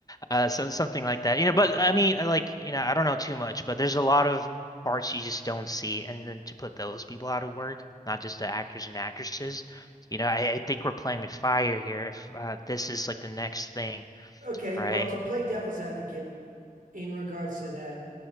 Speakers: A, on the left; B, on the right.
A: Uh, so something like that. You know, but I mean, like, you know, I don't know too much, but there's a lot of parts you just don't see, and then to put those people out of work, not just the actors and actresses. You know, I, I think we're playing with fire here. If uh, this is like the next thing,
B: okay,
A: right?
B: well, to play devil's advocate in regards to that,